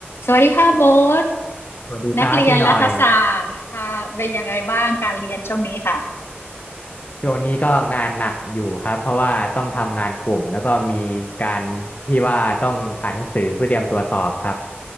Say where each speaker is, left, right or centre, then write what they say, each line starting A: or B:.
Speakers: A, on the left (about 70°); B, on the left (about 40°).
A: สวัสดีค่ะโบ๊ท
B: สวัสดีครับพี่หน่อย
A: นักเรียนรัฐศาสตร์ค่ะเป็นยังไงบ้างการเรียนช่วงนี้ค่ะ
B: ช่วงนี้ก็งานหนักอยู่ครับเพราะว่าต้องทำงานกลุ่มแล้วก็มีการที่ว่าต้องอ่านหนังสือเพื่อเตรียมตัวสอบครับ